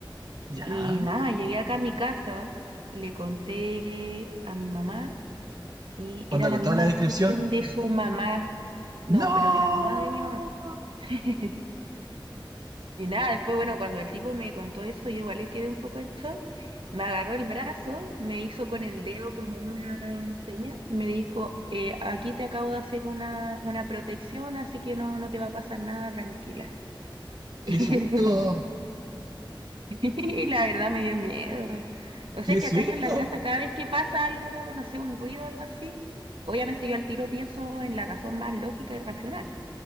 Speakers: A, on the right; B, on the right.
A: ¿Ya?
B: Y nada, llegué acá a mi casa, le conté a mi mamá y era
A: ¿Onda
B: la
A: con
B: misma
A: toda la
B: descripción
A: descripción?
B: de su mamá, no,
A: ¡No!
B: pero de la mamá de mi mamá. <laughs> Y nada, después, bueno, cuando el tipo me contó eso, yo igual le quedé un poco en shock. Me agarró el brazo, me hizo con el dedo como una seña y me dijo, eh, aquí te acabo de hacer una, una protección, así que no, no te va a pasar nada, tranquila. <laughs>
A: ¡Qué
B: Y
A: susto!
B: eso, <laughs> y la verdad me dio miedo. O
A: ¡Qué
B: sea que
A: susto!
B: acá yo en la casa, cada vez que pasa algo, no sé, un ruido o algo así, obviamente yo al tiro pienso en la razón más lógica y racional.